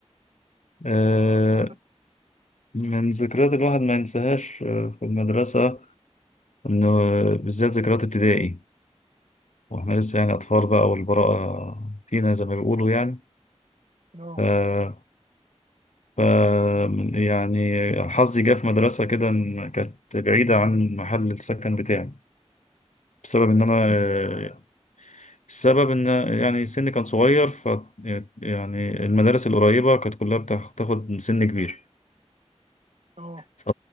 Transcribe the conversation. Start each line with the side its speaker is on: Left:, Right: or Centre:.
Left: آه،
Right: اه فعلا
Left: من ذكريات الواحد ما ينساهاش آه، في المدرسة انه آه، بالذات ذكريات ابتدائي واحنا لسه يعني اطفال بقى والبراءة فينا زي ما بيقولوا يعني
Right: اه
Left: آه، ف يعني حظي جه في مدرسة كده إن كانت بعيدة عن محل السكن بتاعي بسبب إن أنا
Right: دي
Left: السبب إن يعني سني كان صغير ف يعني المدارس القريبة كانت كلها بتاخد سن كبير
Right: اه
Left: ف-